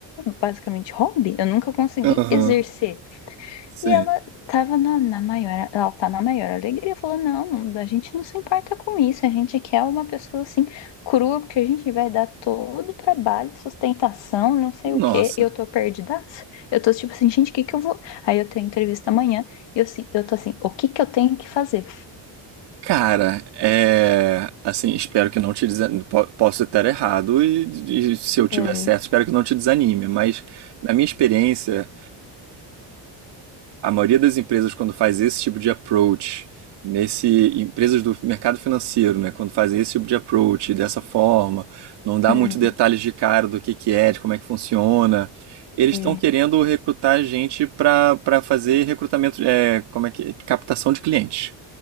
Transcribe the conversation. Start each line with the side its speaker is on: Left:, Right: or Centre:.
Left: basicamente, hobby. Eu nunca consegui
Right: Aham.
Left: exercer.
Right: Sim.
Left: E ela tava na, na maior, ela tá na maior alegria, falou, não, a gente não se importa com isso, a gente quer uma pessoa assim, crua, porque a gente vai dar todo o trabalho, sustentação, não sei
Right: Nossa.
Left: o quê, e eu tô perdidaça. Eu tô tipo assim, gente, o que que eu vou... Aí eu tenho entrevista amanhã, e eu, se- eu tô assim, o que que eu tenho que fazer?
Right: Cara, é. Assim, espero que não te desanime. Posso estar errado e, e se eu tiver
Left: É,
Right: certo, espero que não te desanime. Mas, na minha experiência, a maioria das empresas, quando faz esse tipo de approach, nesse. Empresas do mercado financeiro, né? Quando fazem esse tipo de approach dessa forma, não dá
Left: hum,
Right: muito detalhes de cara do que que é, de como é que funciona. Eles
Left: é,
Right: estão querendo recrutar gente para para fazer recrutamento, é, como é que, é? captação de clientes,